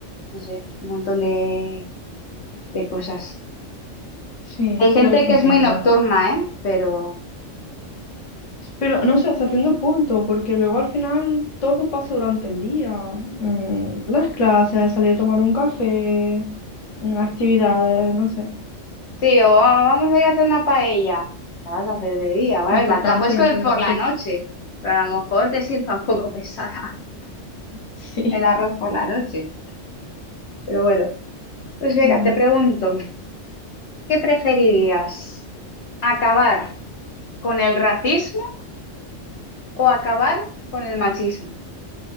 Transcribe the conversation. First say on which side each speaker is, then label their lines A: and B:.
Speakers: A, on the left; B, on the left.
A: no sé, un montón de, de cosas.
B: Sí,
A: Hay gente
B: yo respondería
A: que es muy
B: igual.
A: nocturna, ¿eh? Pero
B: Pero no sé, hasta cierto punto, porque luego al final todo pasa durante el día. Mm, las clases, salir a tomar un café, mm, actividades, no sé.
A: Sí, o "Ah, vamos a ir a hacer una paella. La vas a hacer de día, a ver,
B: Importante,
A: la, te la puedes
B: importante.
A: comer por la noche,
B: <laughs>
A: pero a lo mejor te sienta un poco pesada <laughs>
B: Sí.
A: el arroz por la noche. Pero bueno, pues venga,
B: Mm,
A: te pregunto, ¿qué preferirías? ¿Acabar con el racismo o acabar con el machismo?